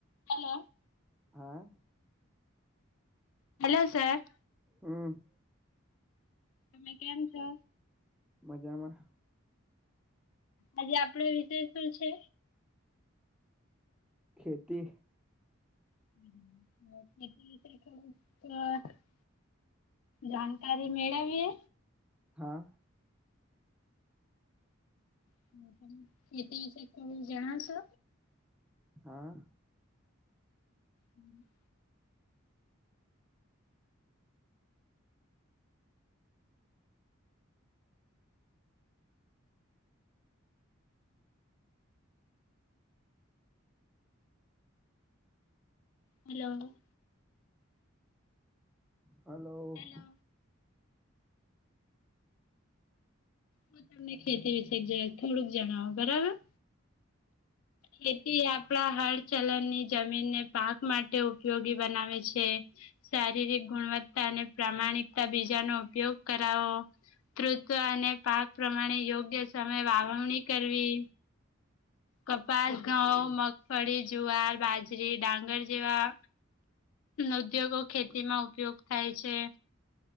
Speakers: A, on the left; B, in the centre.
A: Hello.
B: હા.
A: Hello sir.
B: હમ.
A: તમે કેમ છો?
B: મજામાં.
A: આજે આપડો વિષય શું છે?
B: હ ખેતી.
A: <inaudible> જાનકારી મેળવી?
B: હા.
A: હ તમે <unintelligible> ખેતી વિશે થોડુંક જણાવ સો?
B: હા.
A: હમ. હેલો.
B: હલો.
A: હેલો હું તમને ખેતી વિશેક થોડુંક જણાવો, બરાબર. ખેતી આપડા હરચલન ની જમીન ને પાક માટે ઉપયોગી બનાવે છે. શારીરિક ગુણવત્તા અને પ્રામાણિકતા બીજાનો ઉપયોગ કરાવો, તૃવ અને પાક પ્રમાણે યોગ્ય સમય વાવવણી કરવી. કપાસ, ઘઉં, મગફળી, જુવાર, બાજરી, ડાંગર જેવા ઉદ્યોગો ખેતી માં ઉપયોગ થાય છે.